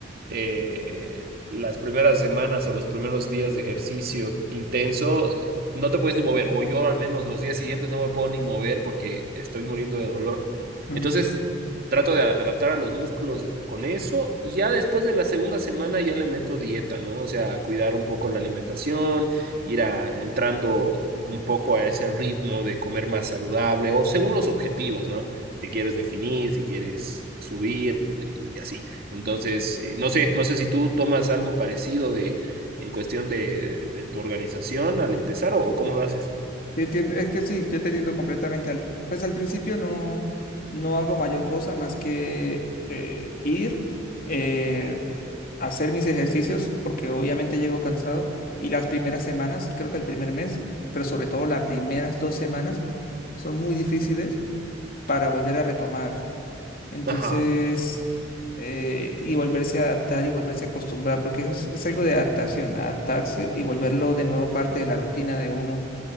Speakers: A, on the right; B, on the left.
A: eh, las primeras semanas o los primeros días de ejercicio intenso, no te puedes ni mover, o yo al menos los días siguientes no me puedo ni mover porque estoy muriendo de dolor.
B: Mm.
A: Entonces, trato de a- adaptar a los músculos con eso y ya después de la segunda semana ya le meto dieta, ¿no? O sea, cuidar un poco la alimentación, ir a, entrando un poco a ese ritmo de comer más saludable o según los objetivos, ¿no? Si quieres definir, si quieres subir y así. Entonces, eh, no sé, no sé si tú tomas algo parecido de en cuestión de, de tu organización al empezar o, o cómo lo haces.
B: Yo entiendo- es que sí, yo te entiendo completamente. Al- pues al principio no, no hago mayor cosa más que eh, ir, eh, hacer mis ejercicios, porque obviamente llego cansado. Y las primeras semanas, creo que el primer mes, pero sobre todo las primeras dos semanas, son muy difíciles para volver a retomar. Entonces,
A: Ajá,
B: eh, y volverse a adaptar y volverse a acostumbrar, porque es, es algo de adaptación, adaptarse y volverlo de nuevo parte de la rutina de uno,